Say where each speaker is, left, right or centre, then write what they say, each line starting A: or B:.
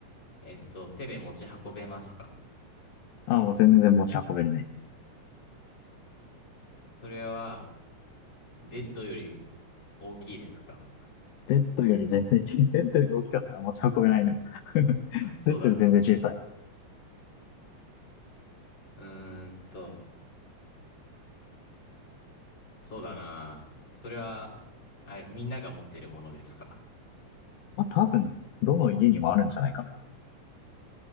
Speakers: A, on the left (about 40°); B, on the left (about 85°).
A: えっと、手で持ち運べますか
B: あ、もう全然持ち運べるね。
A: それは、ベッドより大きいですか
B: ベッドより全然、ベッドより大きかったら持ち運べないな。<laughs>
A: <laughs> そうだね。
B: ベッドより全然小さい。
A: うーんと、そうだな。それは、あれ、みんなが持ってるものですか
B: まあ、多分、どの家にもあるんじゃないかな。